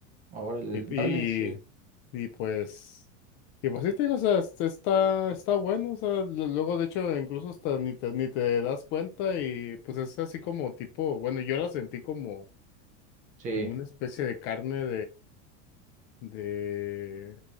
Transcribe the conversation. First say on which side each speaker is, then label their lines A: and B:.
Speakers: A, on the right; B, on the left.
A: Ahora, el
B: Y,
A: marlin
B: y,
A: sí.
B: y, y pues, y pues sí te digo, o sea, este, está, está bueno, o sea, lo- luego de hecho incluso hasta ni te, ni te das cuenta y pues es así como tipo, bueno, yo la sentí como,
A: Sí.
B: como una especie de carne de,